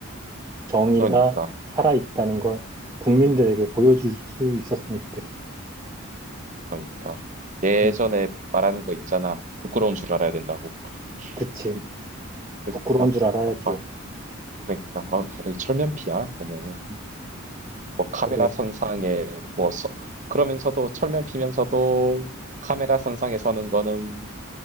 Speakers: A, on the right (about 15°); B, on the right (about 35°).
A: 정의가
B: 그러니까,
A: 살아있다는 걸 국민들에게
B: 음,
A: 보여줄 수 있었으면 좋겠어.
B: 그러니까 예전에
A: 음,
B: 말한 거 있잖아. 부끄러운 줄 알아야 된다고.
A: 그치.
B: 음, 그러니까,
A: 부끄러운 줄 알아야지.
B: 아, 그러니까, 아, 다들 철면피야 보면은.
A: 음,
B: 뭐 카메라
A: 그래.
B: 선상에 뭐 서- 그러면서도 철면 피면서도 카메라 선상에 서는 거는